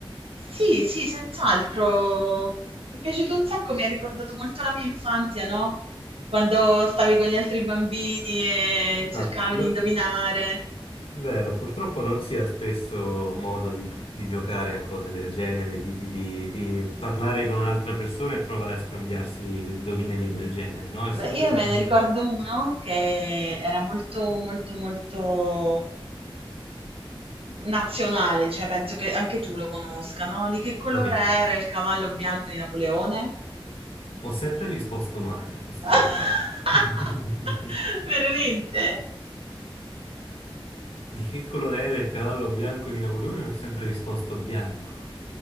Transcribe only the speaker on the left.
Esatto.
no-
vero, purtroppo non si ha spesso modo di, gio- di giocare a cose del genere, di, di- di- di parlare con un'altra persona e provare a scambiarsi indovinelli del genere, no? È sempre
bello.
Proviamo.
Ho sempre risposto male a questi
indovinelli. <laughs>
Di che colore era il cavallo bianco di Napoleone? Ho sempre risposto bianco.